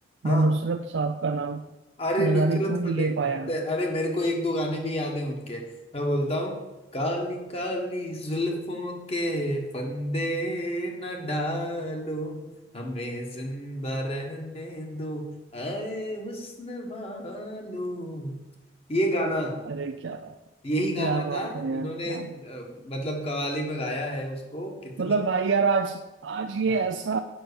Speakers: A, on the left (about 30°); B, on the right (about 75°).
A: हाँ
B: मैं नुसरत साहब का नाम
A: अरे
B: न
A: नुसरत
B: जाने क्यों नहीं
A: फले
B: ले पाया
A: फतेह अरे मेरे को एक दो गाने भी याद है उनके मैं बोलता हूँ काली काली जुल्फों के फंदे न डालो हमें जिंदा रहने दो आए हुस्न वालो ये गाना
B: अरे क्या
A: यही गाना
B: क्या बात
A: था
B: है
A: उन्होंने
B: यार क्या
A: अ, मतलब कवाली में गाया है उसको कितनी
B: मतलब भाई यार आज आज ये
A: हाँ
B: ऐसा